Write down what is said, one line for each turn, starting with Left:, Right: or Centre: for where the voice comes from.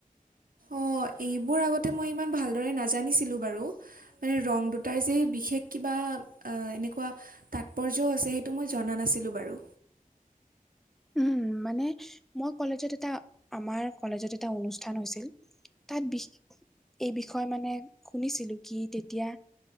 Right: অ এইবোৰ আগতে মই ইমান ভালদৰে নাজানিছিলোঁ বাৰু মানে ৰং দুটাৰ যে বিশেষ কিবা আ এনেকুৱা তাৎপৰ্যও আছে সেইটো মই জনা নাছিলোঁ বাৰু
Centre: উম মানে মই কলেজত এটা আমাৰ কলেজত এটা অনুষ্ঠান হৈছিল তাত বিষে এই বিষয়ে মানে শুনিছিলো কি তেতিয়া